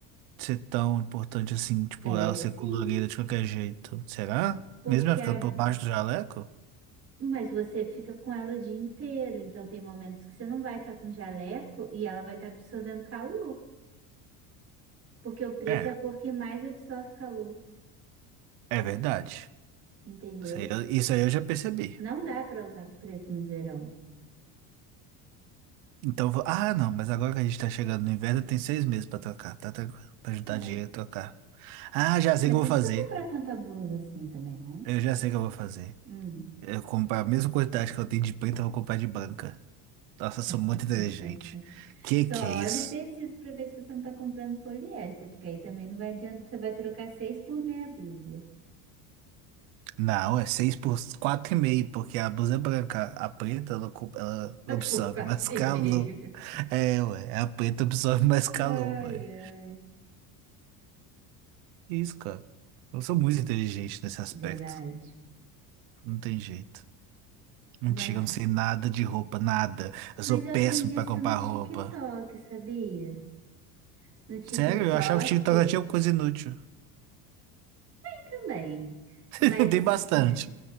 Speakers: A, on the right; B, on the right.
A: ser tão importante assim, tipo,
B: é
A: ela
B: sim,
A: ser colorida de qualquer jeito. Será?
B: porque
A: Mesmo ela ficando
B: a,
A: por baixo do jaleco?
B: mas você fica com ela o dia inteiro, então tem momentos que você não vai estar com jaleco e ela vai estar absorvendo calor, porque o preto
A: É,
B: é a cor que mais absorve calor,
A: é verdade.
B: entendeu?
A: Isso aí eu, isso aí eu já percebi.
B: Não dá para usar preto no verão.
A: Então, vou- ah, não, mas agora que a gente tá chegando no inverno, tem seis meses pra trocar, tá tranquilo. Pra juntar
B: É.
A: dinheiro e trocar. Ah, já
B: Ah,
A: sei
B: mas
A: o que eu
B: você
A: vou
B: não
A: fazer.
B: precisa comprar tanta blusa assim também, não?
A: Eu já sei o que eu vou fazer.
B: Hum.
A: Eu vou comprar a mesma quantidade que eu tenho de preta, eu vou comprar de branca. Nossa, eu sou muito
B: <laughs>
A: inteligente. Que
B: Só
A: que é isso?
B: olha o tecido para ver se você não tá comprando poliéster, porque aí também não vai adiantar. Você vai trocar seis por meia dúzia.
A: Não, é seis por quatro e meio, porque a blusa é branca. A preta, ela, ocu- ela
B: <laughs>
A: absorve
B: Por quatro
A: mais
B: e
A: calor.
B: meio.
A: É, ué, a preta absorve mais calor,
B: Ai,
A: ué.
B: ai.
A: Isso, cara. Eu sou muito inteligente nesse aspecto.
B: Verdade.
A: Não tem jeito. Mentira,
B: Mas,
A: eu não sei nada de roupa, nada. Eu
B: mas
A: sou péssimo
B: eu aprendi
A: pra
B: isso
A: comprar
B: no TikTok,
A: roupa.
B: sabia? No TikTok
A: Sério, eu achava que TikTok
B: e
A: tinha coisa inútil.
B: também.
A: <laughs>
B: Mas
A: Tem bastante.
B: eh,